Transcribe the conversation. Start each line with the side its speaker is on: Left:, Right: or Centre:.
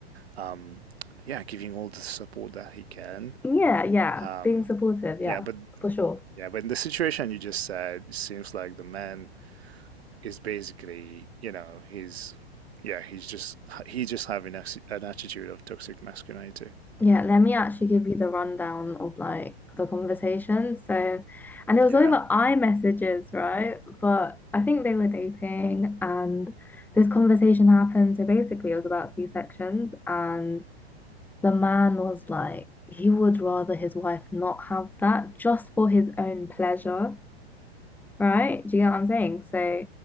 Right: um, yeah, giving all the support that he can.
Centre: Yeah, yeah.
Right: Um,
Centre: Being supportive,
Right: yeah,
Centre: yeah,
Right: but
Centre: for sure.
Right: yeah, but in the situation you just said, it seems like the man is basically, you know, he's yeah, he's just he's just having ex- an attitude of toxic masculinity.
Centre: Yeah, let me actually give you the rundown of like the conversation. So, and it was
Right: Yeah.
Centre: over iMessages, right? But I think they were dating and this conversation happened. So basically, it was about C-sections, and the man was like, he would rather his wife not have that just for his own pleasure right? Do you get what I'm saying? So